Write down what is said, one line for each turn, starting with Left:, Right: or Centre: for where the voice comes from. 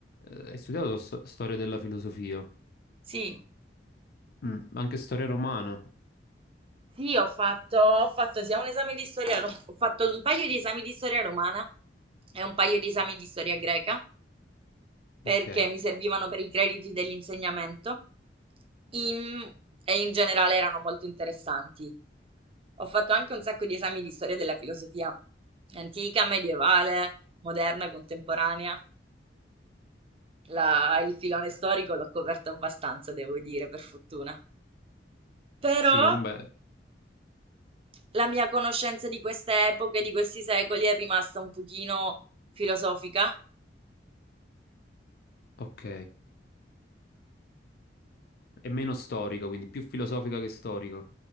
Left: eh, hai studiato sto- storia della filosofia,
Right: Sì,
Left: Mm, anche storia romana.
Right: sì, ho fatto, ho fatto sia un esame di storia, rom- ho fatto un paio di esami di storia romana e un paio di esami di storia greca. perché
Left: Ok.
Right: mi servivano per i crediti dell'insegnamento in- e in generale erano molto interessanti. Ho fatto anche un sacco di esami di storia della filosofia antica, medievale, moderna, contemporanea. La- il filone storico l'ho coperto abbastanza, devo dire, per fortuna. Però
Left: Sì, vabbè,
Right: la mia conoscenza di queste epoche, di questi secoli è rimasta un pochino filosofica.
Left: ok. È meno storica, quindi più filosofica che storica.